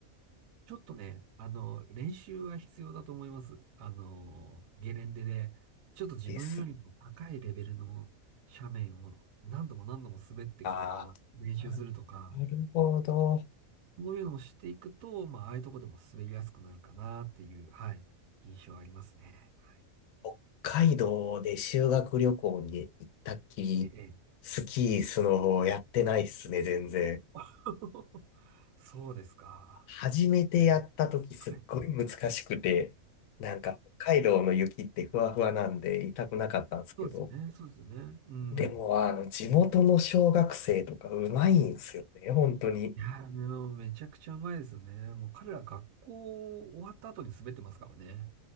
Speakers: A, on the right; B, on the left.
A: ちょっとね、あの、練習は必要だと思います。あの、ゲレンデで、ちょっと自分よりも高いレベルの斜面を何度も何度も滑ってこう、
B: です。ああ、
A: 練習するとか、
B: なるほど。
A: そういうのをしていくと、まあ、ああいうとこでも滑りやすくなるかなっていう、はい、印象ありますね。はい
B: 北海道で修学旅行に行ったっきり、
A: ええ。
B: スキー、スノボやってないっすね、
A: お
B: 全然。
A: ー <laughs> そうですか。
B: 初めてやった時すっごい難しくて、
A: いやはい。
B: なんか北海道の雪ってふわふわなんで痛くなかったんですけど、
A: そうですよね。そうですよね。うん。
B: でもあの地元の小学生とかうまいんすよね、本当に。
A: いやー、もうめちゃくちゃうまいですよね。もう彼ら学校終わった後に滑ってますからね。